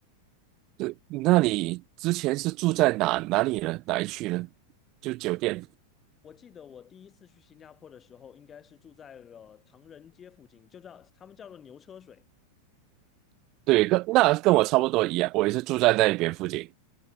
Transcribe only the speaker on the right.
对，那你之前是住在哪哪里呢？哪一区呢？就酒店。
对，跟那跟我差不多一样，我也是住在那边附近。